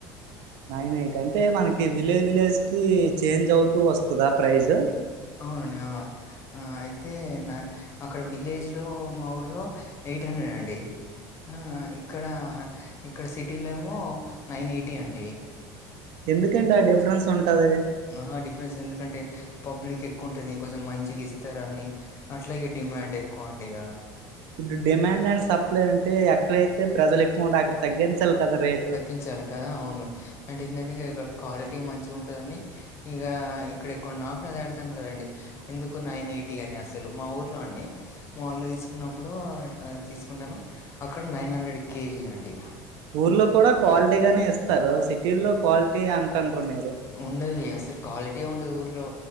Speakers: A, on the right; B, on the left.
A: నైన్ ఎయిట్ అంటే మనకి విలేజ్ విలేజ్ కి చేంజ్ అవుతూ వస్తుందా ప్రైజ్
B: అవునండి ఆ ఆ అయితే నా అక్కడ విలేజ్ లో మా ఊర్లో ఎయిట్ హండ్రెడ్ అండి ఆ ఇక్కడ ఇక్కడ సిటీలో ఏమో నైన్ ఎయిటీ అండి
A: ఎందుకండి ఆ డిఫరెన్స్ ఉంటది
B: ఆహా డిఫరెన్స్ ఎందుకంటే పబ్లిక్ ఎక్కువ ఉంటుంది ఇంకొంచెం మంచిగా ఇస్తారని అట్లాగే డిమాండ్ ఎక్కువ అండి ఇక
A: ఇప్పుడు డిమాండ్ అండ్ సప్లై అంటే ఎక్కడైతే ప్రజలు ఎక్కువ ఉంటే అక్కడ తగ్గించాలి కదా రేటు
B: తగ్గించాలి కదా అవును అంటే ఏంటంటే ఇం ఇక్క క్వాలిటీ మంచిగా ఉంటుందని ఇక ఇక్కడ ఎక్కువ నా కూడా అదే అర్థం కాదండి ఎందుకు నైన్ ఎయిటీ అని అసలు మా ఊర్లో అండి మా ఊళ్ళో తీసుకున్నప్పుడు అది తీసుకుంటాను అక్కడ నైన్ హండ్రెడ్ కేజీ అండి
A: ఊర్లో కూడా క్వాలిటీ గానే ఇస్తారు సిటీల్లో క్వాలిటీ అంటండ్రు మీరు
B: ఉండది అసలు క్వాలిటీ ఉండదు ఊర్లో